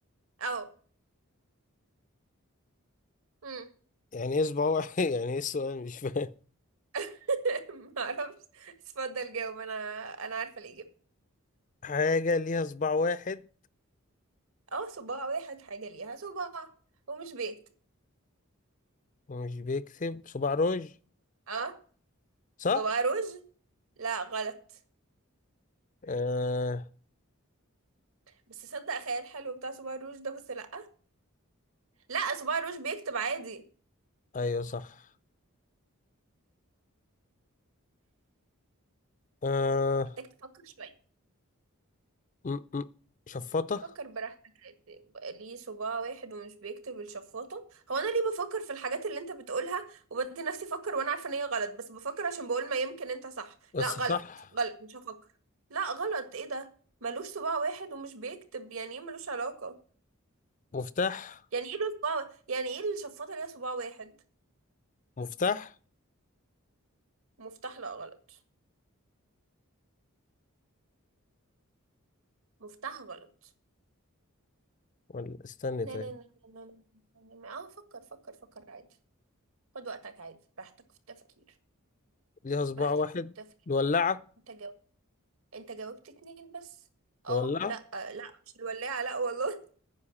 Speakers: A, on the right; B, on the left.
A: اه امم
B: يعني ايه صباع واحد <laughs> يعني ايه السؤال مش فاهم
A: <laughs> ما اعرفش اتفضل جاوب انا انا عارفه الاجابه
B: حاجة ليها صباع واحد
A: اه صباع واحد حاجه ليها صباع ومش بيكتب
B: ومش بيكتب صباع روج
A: اه
B: صح؟
A: صباع روج لا غلط
B: آه...
A: بس صدق خيال حلو بتاع صباع روج ده بس لا لا صباع روج بيكتب عادي
B: ايوه صح آه...
A: محتاج تفكر شويه
B: م -م. شفاطة
A: فكر براحتك عادي. ليه صباع واحد ومش بيكتب بالشفاطة هو انا ليه بفكر في الحاجات اللي انت بتقولها وبدي نفسي افكر وانا عارفة ان هي غلط بس بفكر عشان بقول ما يمكن انت صح
B: بس
A: لا غلط
B: صح
A: غلط مش هفكر لا غلط ايه ده ملوش صباع واحد ومش بيكتب يعني ايه ملوش علاقة
B: مفتاح
A: يعني ايه له صباع وا- يعني ايه الشفاطة ليها صباع واحد
B: مفتاح
A: مفتاح لا غلط مفتاح غلط
B: ولا استني
A: لا
B: طيب
A: لا لا لا لا لا. اه فكر فكر فكر عادي خد وقتك عادي براحتك في التفكير
B: ليها صباع
A: براحتك
B: واحد
A: في التفكير
B: الولاعة
A: انت انت جاوبت اتنين بس اه
B: الولاعة
A: لا لا مش الولاعة لا والله